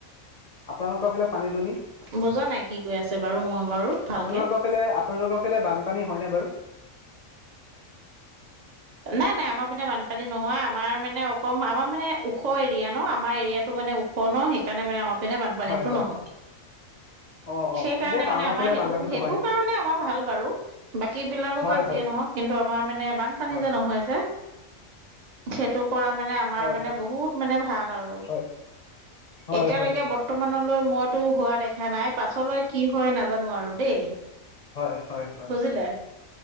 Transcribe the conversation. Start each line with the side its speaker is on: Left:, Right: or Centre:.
Left: আপোনালোকৰ ফালে পানী-দুনি
Right: বুজা নাই কি কৈ আছে বাৰু মই বাৰু ভালকে।
Left: আপোনালোকৰ ফালে, আপোনালোকৰ ফালে বানপানী হয়নে বাৰু?
Right: নাই, নাই আমাৰ পিনে, বানপানী নহয়, আমাৰ মানে অকম আমাৰ মানে ওখ এৰিয়া ন, আমাৰ এৰিয়াত টো, মানে ওখ ন, সেইকাৰণে মানে আমাৰ পিনে বানপানীতটো
Left: হয় হয়
Right: নহয়।
Left: অ অ
Right: সেইকাৰণে
Left: এতিয়া টাউনৰ
Right: মানে আমাৰ
Left: ফালে
Right: সেইটো,
Left: বানপানী
Right: সেইটো
Left: নহয়
Right: কাৰণে আমাৰ ভাল বাৰু। বাকী বিলাকৰ
Left: হয়
Right: পৰা যিয়ে
Left: হয়
Right: নহওঁক, কিন্তু আমাৰ মানে বান
Left: হয়
Right: যে নহয় যে, সেইটোৰ পৰা মানে মাৰ
Left: হয়
Right: মানে
Left: হয়
Right: বহুত মানে ভাল আৰু,
Left: হয় হয়
Right: এতিয়ালৈকে
Left: হয়
Right: বৰ্ত বৰ্তমানলৈ মইতো হোৱা দেখা নাই, পাছলৈ কি হয় নাজানো আৰু দেই।
Left: হয়, হয়, হয়।
Right: বুজিলে।